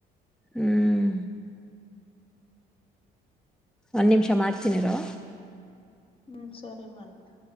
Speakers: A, in the centre; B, on the left (about 30°).
A: ಹ್ಮ್. ಒಂದ್ ನಿಮಿಷ ಮಾಡ್ತೀನಿ ಇರು.
B: ಹ್ಮ್ ಸರಿ ಮಾ ಆಯ್ತು.